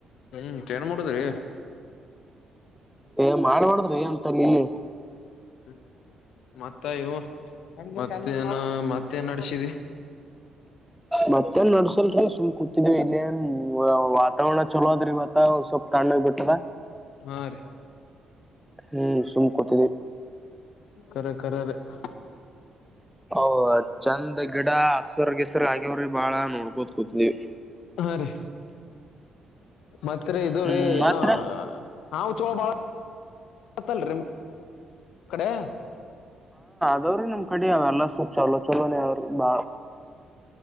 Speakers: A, on the left; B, in the centre.
A: ಹ್ಮ್, ಏನ್ ಮಾಡುದ್ರಿ
B: ಏ ಮಾಡ್ಬಾರ್ದ್ರಿ ಅಂತಲ್ಲಿ
A: ಹ್ಮ್, ಮತ್ತಿವು ಮತ್ತ ಏನು ಮತ್ತೇನ್ ನಡಸಿದಿ. <inaudible>
B: ಮತ್ತೇನ್ ನಡ್ಸಿಲ್ರಿ ಸುಮ್ ಕೂತಿದ್ವಿ. ಇಲ್ಲೇಏನ್ ವಾತಾವರಣ ಚಲೋ ಅದ್ರಿ ಇವತ್ತಸ್ವಲ್ಪ ತಣ್ಣಗ್ ಬಿಟ್ಟದ.
A: ಹ್ಮ್, ರೀ
B: ಹ್ಮ್ ಸುಮ್ ಕೂತಿದ್ವಿ.
A: ಕರೆ -ಕರೆ ಹ <unintelligible>
B: ಹೌದು <unintelligible> ಚಂದ ಗಿಡ ಹಸರ್- ಗಿಸರು ಆಗ್ಯವ್ರಿ ಬಾಳ ನೋಡ್ಕೋತ್ ಕುೂತವಿ. -
A: ಹಾ ರೀ ಮತ್ರಿ ಇದ್ರೀ
B: ಹ್ಮ್ ಮತ್ರಿ
A: ಏನೋ ಹಾವು ಚೋಳ ಬಾಳ ಹತ್ತಲ್ರಿ ಕಡೆ <unintelligible>
B: ಅವ್ರಿ ನಮ್ ಕಡೆ ಅವೆಲ್ಲ ಚಲೋ -ಚಲೋನೇಆವರಿ ಬ